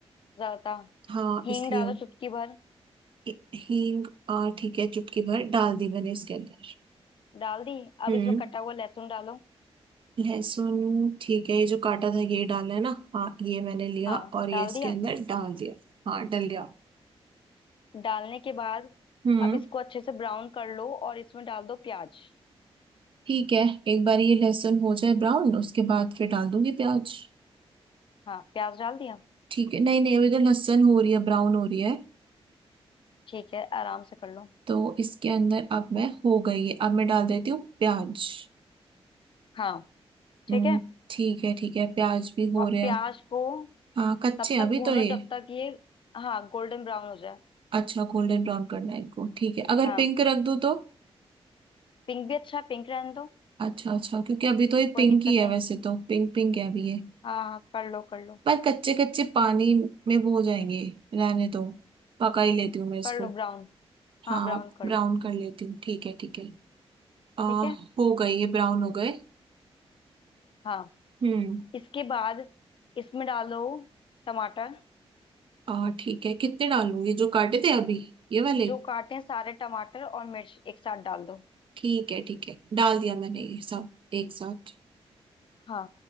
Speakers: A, on the left; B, on the right.
A: ज्यादा
B: हाँ
A: हींग
B: इसलिए
A: डालो चुटकी भर
B: हि- हींग आ, ठीक है चुटकी भर डाल दी मैंने इसके अंदर
A: डाल दी
B: हम्म
A: अब इसमें कटा हुआ लहसुन डालो
B: लहसुन ठीक है ये जो काटा था ये डाला है ना हाँ ये मैंने लिया
A: हाँ
B: और ये
A: डाल
B: इसके
A: दिया
B: अंदर डाल दिया हाँ डल गया
A: डालने के बाद
B: हम्म
A: अब इसको अच्छे से ब्राउन कर लो और इसमें डाल दो प्याज
B: ठीक है एक बार ये लहसुन हो जाए ब्राउन उसके बाद फिर डाल दूंगी प्याज
A: हाँ प्याज डाल दिया
B: ठीक है नहीं नहीं अभी तो लहसुन हो रही है ब्राउन हो रही है
A: ठीक है आराम से कर लो
B: तो इसके अंदर अब मैं हो गई है अब मैं डाल देती हूँ प्याज
A: हाँ ठीक
B: हम्म,
A: है
B: ठीक है ठीक है प्याज भी हो
A: और
B: रहे
A: प्याज
B: हैं
A: को
B: हाँ कच्चे
A: तब
B: हैं
A: तक
B: अभी
A: भूनो
B: तो ये
A: जब तक ये हाँ गोल्डन ब्राउन हो जाए
B: अच्छा गोल्डन ब्राउन करना है इनको ठीक है अगर
A: हाँ
B: पिंक रख दूँ तो
A: पिंक भी अच्छा है पिंक रहने दो
B: अच्छा अच्छा क्योंकि अभी तो ये
A: कोई
B: पिंक
A: दिक्कत
B: ही है
A: नहीं
B: वैसे तो पिंक पिंक है अभी ये
A: हाँ हाँ कर लो कर लो
B: पर कच्चे कच्चे पानी में वो हो जाएंगे रहने दो पका ही लेती हूँ मैं इसको
A: कर लो ब्राउन हाँ
B: हाँ
A: ब्राउन कर
B: ब्राउन
A: लो
B: कर लेती हूँ ठीक है ठीक है आ,
A: ठीक है
B: हो गए ये ब्राउन हो गए
A: हाँ
B: हम्म
A: इसके बाद इसमें डालो टमाटर
B: आ, ठीक है कितने डालूंगी जो काटे थे अभी ये वाले
A: जो काटे हैं सारे टमाटर और मिर्च एक साथ डाल दो
B: ठीक है ठीक है डाल दिया मैंने ये सब एक साथ
A: हाँ